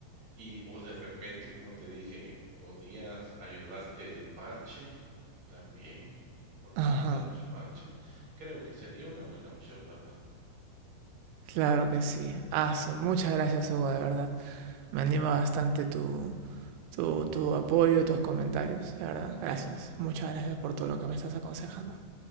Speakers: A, on the right; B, on the right.
A: y o de repente, como te dije, podías ayudarte el parche también, porque
B: Ajá.
A: venden los parches. Creo que sería una buena opción, ¿verdad?
B: Claro que sí. Aso, muchas gracias, Hugo, de verdad. Me anima bastante tu, tu, tu apoyo, tus comentarios, de verdad. Gracias. Muchas gracias por todo lo que me estás aconsejando.